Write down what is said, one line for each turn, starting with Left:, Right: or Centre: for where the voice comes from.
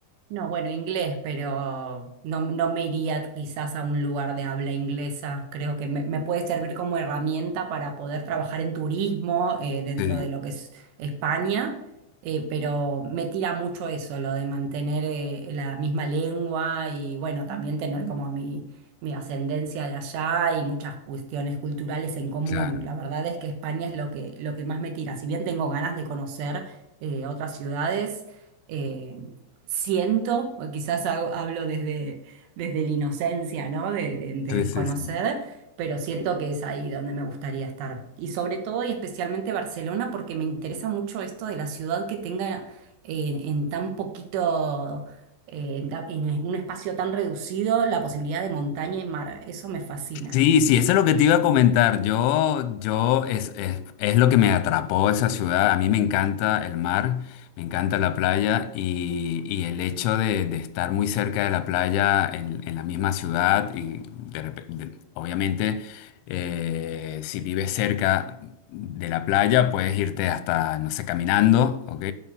Right: No, bueno, inglés, pero no, no me iría quizás a un lugar de habla inglesa. Creo que me, me puede servir como herramienta para poder trabajar en turismo eh, dentro
Left: Sí,
Right: de lo que es España, eh, pero me tira mucho eso, lo de mantener eh, la misma lengua y bueno, también tener como mi, mi ascendencia de allá y muchas cuestiones culturales en común.
Left: claro.
Right: La verdad es que España es lo que, lo que más me tira. Si bien tengo ganas de conocer eh, otras ciudades. eh, siento, o quizás hago- hablo desde, desde la inocencia, ¿no? De, de- de
Left: Sí,
Right: desconocer,
Left: sí, sí.
Right: pero siento que es ahí donde me gustaría estar. Y sobre todo y especialmente Barcelona, porque me interesa mucho esto de la ciudad que tenga en, en tan poquito, eh, en, ta- en un espacio tan reducido, la posibilidad de montaña y mar. Eso me fascina.
Left: Sí, sí, eso es lo que te iba a comentar. Yo, yo, es, es, es lo que me atrapó esa ciudad. A mí me encanta el mar, me encanta la playa y, y el hecho de, de estar muy cerca de la playa en, en la misma ciudad y de repe- de- obviamente eh, si vives cerca de la playa puedes irte hasta, no sé, caminando, ¿ok?